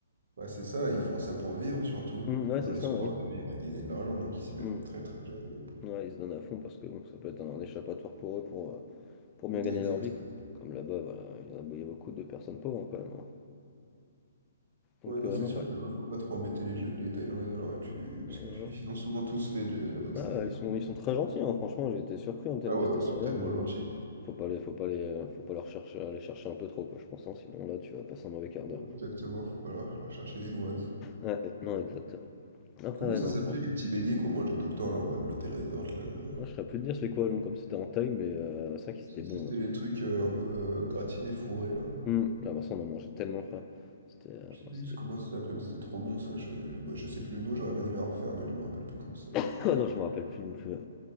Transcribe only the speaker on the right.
Ouais, c'est ça, ils font ça pour vivre, surtout.
Dans
les
sports,
de vivre et de gagner de l'argent, donc ils s'y mettent
très très jeunes.
Ouais,
exactement.
Ouais, non,
c'est
sûr
que là-bas, faut pas trop embêter les, jeux- les Thaïlandais dans leur étude, parce
que tu, ils ont souvent tous fait de la boxe
thaï, du
coup.
Ah ouais,
ils
sont tellement
gentils.
Ouais,
Exactement, faut pas leur, leur chercher des noises.
Comment
ça
s'appelait
les petits beignets qu'on mangeait tout le temps là en bas de l'hôtel resort là? euh
C'était
les trucs euh, un peu euh, gratinés, fourrés là.
Je sais
plus
comment ça s'appelait, mais c'était trop bon ça. Je, je- bah, je sais plus le nom, j'aurais bien aimé en refaire, mais je me rappelle plus comment ça s'appelait.